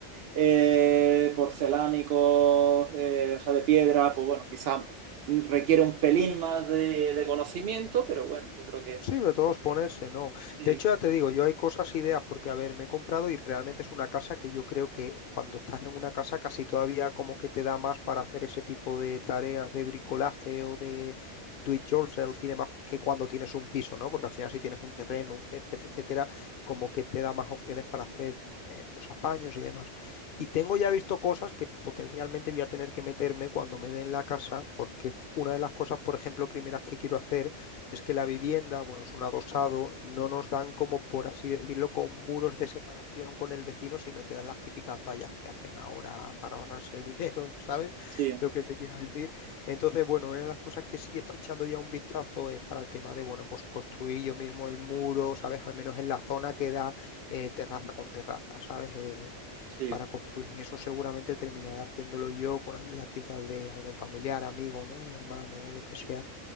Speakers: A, on the right; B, on the left.
A: eh, porcelánico, eh, o sea, de piedra, pues bueno, quizá requiere un pelín más de, de conocimiento, pero bueno, yo creo que
B: Sí, de todos ponerse, no.
A: sí,
B: De hecho, ya te digo, yo hay cosas, ideas, porque a ver, me he comprado y realmente es una casa que yo creo que cuando estás en una casa casi todavía como que te da más para hacer ese tipo de tareas de bricolaje o de do it yourself y demás que cuando tienes un piso, ¿no? Porque al final si tienes un terreno, un césped, etcétera, como que te da más opciones para hacer eh, pues apaños y demás. Y tengo ya visto cosas que potencialmente voy a tener que meterme cuando me den la casa, porque una de las cosas, por ejemplo, primeras que quiero hacer es que la vivienda, bueno, es un adosado, no nos dan como, por así decirlo, con muros de separación con el vecino, sino te dan las típicas vallas que hacen ahora para ahorrarse el dinero, <laughs> ¿sabes?
A: sí,
B: Lo que te quiero decir. Entonces, bueno, una de las cosas que sí estoy echando ya un vistazo es para el tema de, bueno, pues construir yo mismo el muro, ¿sabes? Al menos en la zona que da eh, terraza con terraza, ¿sabes? Eh,
A: sí,
B: para construir. Y eso seguramente terminaré haciéndolo yo con ayuda quizás de algún familiar, amigo, ¿no? Hermano o lo que sea